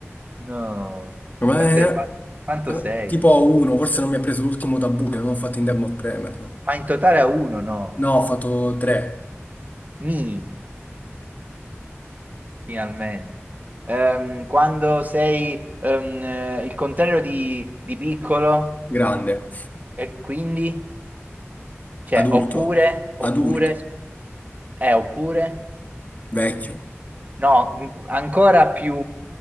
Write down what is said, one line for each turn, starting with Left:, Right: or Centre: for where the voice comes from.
Right: No.
Left: Ma
Right: Quanto
Left: è-
Right: hai fatto? Quanto
Left: eh,
Right: sei?
Left: tipo a uno, forse non mi ha preso l'ultimo tabù che non ho fatto in tempo a premerlo.
Right: Ma in totale a uno, no.
Left: No, ho fatto tre.
Right: Mi, finalmente. Ehm, quando sei ehm, eh, il contrario di, di piccolo
Left: Grande,
Right: e quindi, cioè,
Left: adulto,
Right: oppure, oppure,
Left: adulto,
Right: eh, oppure,
Left: vecchio,
Right: no, m- ancora più,